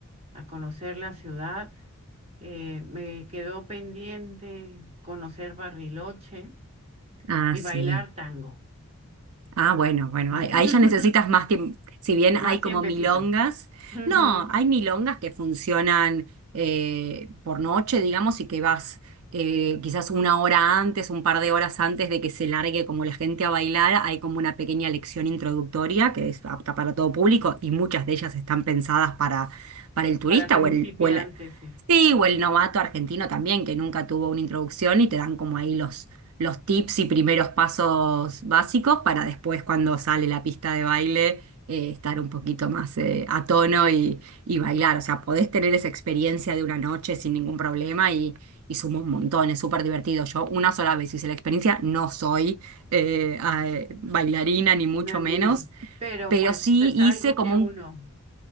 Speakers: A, on the right; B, on the right.
A: a conocer la ciudad. Eh, me quedó pendiente conocer Barriloche
B: Ah,
A: y
B: sí.
A: bailar tango.
B: Ah, bueno, bueno,
A: <laughs>
B: ahí, ahí ya necesitas más tiempo. Si bien
A: Más
B: hay
A: tiempecito.
B: como milongas,
A: Ujú,
B: no, hay milongas que funcionan eh, por noche, digamos, y que vas eh, quizás una hora antes, un par de horas antes de que se largue como la gente a bailar, hay como una pequeña lección introductoria que es apta para todo público y muchas de ellas están pensadas para, para el turista
A: Para principiantes,
B: o el, o el
A: sí.
B: Sí, o el novato argentino también, que nunca tuvo una introducción y te dan como ahí los, los tips y primeros pasos básicos para después cuando sale la pista de baile eh, estar un poquito más eh, a tono y, y bailar. O sea, podés tener esa experiencia de una noche sin ningún problema y, y suma un montón, es súper divertido. Yo una sola vez hice la experiencia, no soy eh, ah, eh, bailarina ni mucho
A: No, no,
B: menos
A: no. Pero
B: pero
A: pues
B: sí
A: es
B: hice
A: algo
B: como
A: que uno
B: un